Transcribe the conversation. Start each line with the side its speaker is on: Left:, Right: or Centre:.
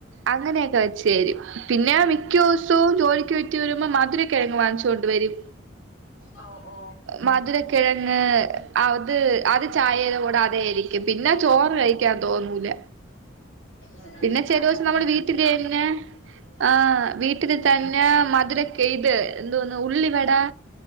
Right: അങ്ങനെയൊക്കെ വെച്ചുതരും പിന്നെ മിക്ക ദിവസവും ജോലിക്ക് പറ്റിരു മ്മ മധുര കിഴങ്ങ് വാങ്ങിച്ചുകൊണ്ട് വരും
Left: ഓ ഓ
Right: മധുരക്കിഴങ്ങ് അത് അത് ചായയുടെ കൂടെ അതെരിക്കും പിന്നെ ചോറ് കഴ ഴിക്ക തോന്നൂല
Left: ഉം ഉം
Right: പിന്നെ ചെലൊ
Left: അത്
Right: ദിവസം
Left: നല്ലത്
Right: നമ്മടെ
Left: തന്നെ
Right: വീട്ടിലെന്നെ ആഹ് വീട്ടിൽ തന്നെ മധുരക്ക ഇത് എന്തോന്ന ഉള്ളി വട